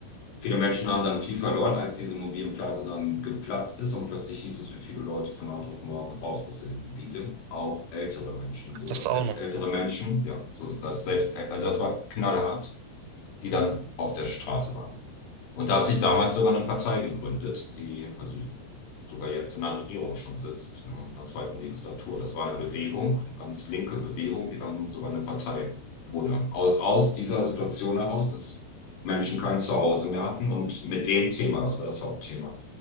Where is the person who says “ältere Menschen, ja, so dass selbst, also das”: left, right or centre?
Left